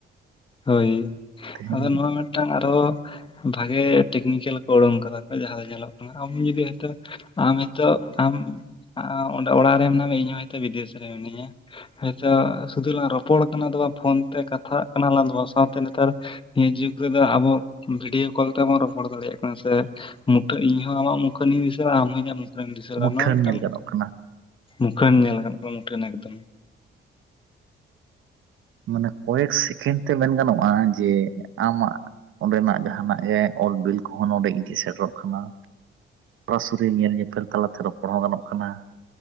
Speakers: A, on the left; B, on the right.
A: ᱦᱳᱭ,
B: ᱛᱮᱦᱮᱧ
A: ᱟᱫᱚ ᱱᱚᱣᱟ ᱢᱤᱫᱴᱟᱝ ᱟᱨᱚ ᱵᱷᱟᱜᱮ ᱴᱮᱠᱱᱤᱠᱮᱞ ᱠᱚ, ᱳᱲᱳᱝ ᱠᱟᱫᱟ ᱠᱚ ᱡᱟᱦᱟᱸᱭ᱾ ᱧᱮᱞᱚᱜ ᱠᱟᱱᱟ ᱟᱢ ᱡᱩᱫᱤ, ᱦᱳᱭᱛᱚ ᱟᱢ ᱦᱤᱛᱚᱜ ᱟᱢ ᱚᱸᱰᱮ ᱚᱲᱟᱜ ᱨᱮ ᱢᱮᱱᱟᱜ ᱢᱮᱭᱟ, ᱤᱧ ᱦᱚᱸ ᱦᱚᱭᱛᱳ ᱵᱤᱫᱮᱥ ᱨᱮ ᱢᱤᱱᱟᱹᱧᱼᱟ᱾ ᱟᱪᱪᱷᱟ ᱥᱩᱫᱩ ᱞᱟᱝ ᱨᱚᱯᱚᱲ ᱠᱟᱱᱟ ᱫᱚ ᱰᱟᱝ, ᱯᱷᱳᱱ ᱛᱮ ᱠᱟᱛᱷᱟᱜ ᱠᱟᱱᱟ ᱞᱟᱝ ᱫᱚ ᱵᱟᱝ, ᱥᱟᱶᱛᱮ ᱱᱮᱛᱟᱨ ᱱᱤᱭᱟᱹ ᱡᱩᱜᱽ ᱨᱮᱫᱚ ᱟᱵᱚ, ᱵᱷᱤᱰᱭᱳ ᱠᱚᱞ ᱛᱮᱦᱚᱸ ᱵᱚᱱ ᱨᱚᱯᱚᱲ ᱫᱟᱲᱮᱭᱟᱜ ᱠᱟᱱᱟ ᱥᱮ᱾ ᱢᱩᱴᱟᱹᱱ ᱤᱧ ᱦᱚᱸ ᱟᱢᱟᱜ ᱢᱩᱠᱷᱟᱹᱱᱤᱧ ᱫᱤᱥᱟᱹᱭᱟ, ᱟᱢ ᱦᱚᱸ ᱤᱧᱟᱹᱜ ᱢᱩᱠᱷᱟᱹᱱᱮᱢ ᱫᱤᱥᱟᱹᱭᱟ,
B: ᱢᱩᱴᱷᱟᱹᱱ
A: ᱟᱨ ᱱᱚᱣᱟ ᱢᱤᱫᱴᱟᱝ
B: ᱧᱮᱞ ᱜᱟᱱᱚᱜ ᱠᱟᱱᱟ
A: ᱢᱩᱠᱷᱟᱹᱱ ᱧᱮᱞ ᱟᱠᱟᱫ ᱠᱚᱣᱟ ᱢᱩᱴᱷᱟᱹᱱ ᱮᱠᱫᱚᱢ᱾
B: ᱢᱟᱱᱮ ᱠᱚᱭᱮᱠ ᱥᱮᱠᱮᱱᱰ ᱛᱮ ᱢᱮᱱ ᱜᱟᱱᱚᱜ-ᱟ ᱡᱮ ᱟᱢᱟᱜ ᱚᱸᱰᱮᱱᱟᱜ ᱡᱟᱦᱟᱸᱱᱟᱜ ᱜᱮ ᱚᱞ ᱵᱤᱞ ᱠᱚᱦᱚᱸ ᱱᱚᱰᱮ ᱤᱫᱤ ᱥᱮᱴᱮᱨᱚᱜ ᱠᱟᱱᱟ ᱾ ᱥᱚᱨᱟ ᱥᱚᱨᱤ ᱧᱮᱞ ᱧᱮᱯᱮᱞ ᱛᱟᱞᱟᱛᱮ ᱨᱚᱯᱚᱲ ᱦᱚᱸ ᱜᱟᱱᱚᱜ ᱠᱟᱱᱟ᱾